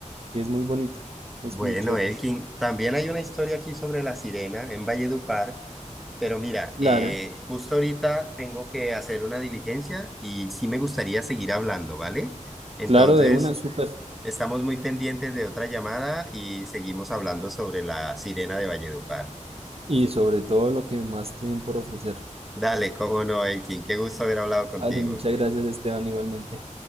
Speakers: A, on the right; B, in the centre.
A: y es muy bonito, es
B: Bueno,
A: muy chévere.
B: Elkin, también hay una historia aquí sobre la sirena en Valledupar Pero mira,
A: Claro,
B: eh, justo ahorita tengo que hacer una diligencia y sí me gustaría seguir hablando, ¿vale? Entonces,
A: claro, de una listo, súper pues.
B: estamos muy pendientes de otra llamada y seguimos hablando sobre la sirena de Valledupar.
A: y sobre todo lo que más tienen por ofrecer.
B: Dale, cómo no, Elkin, qué gusto haber hablado contigo.
A: Vale, muchas gracias Esteban igualmente.